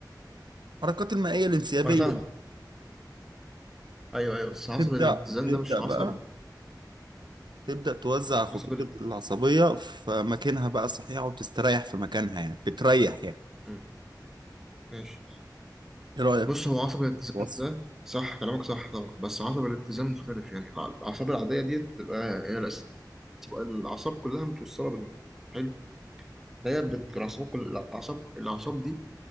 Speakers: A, on the right; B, in the centre.
A: الحركات المائيه الانسيابيه
B: وأنا فاهمك أيوه أيوه بس عصب
A: تبدا
B: الاتزان
A: تبدا
B: ده مش عصب
A: بقى تبدأ توزع الخطوط
B: عصب الات...
A: العصبية في مكانها بقى الصحيح وتستريح في مكانها يعني بتريح يعني
B: مم. ماشي
A: ايه رأيك
B: بص
A: في
B: هو عصب الاتزان
A: الوصف؟
B: ده صح كلامك صح طبعا بس عصب الاتزان مختلف يعني الع- الأعصاب العادية ديت بتبقى هي الأس- الأعصاب كلها متوصلة بالمخ حلو هي بت... الأعصاب كل الأعصاب الأعصاب دي